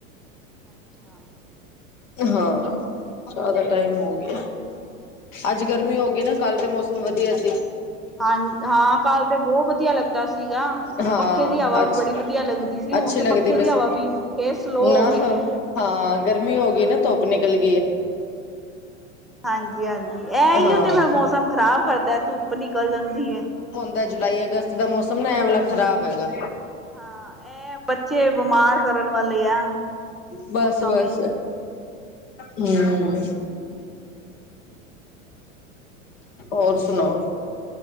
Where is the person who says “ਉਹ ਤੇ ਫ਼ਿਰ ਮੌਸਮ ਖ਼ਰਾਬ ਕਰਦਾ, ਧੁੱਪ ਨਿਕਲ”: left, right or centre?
Centre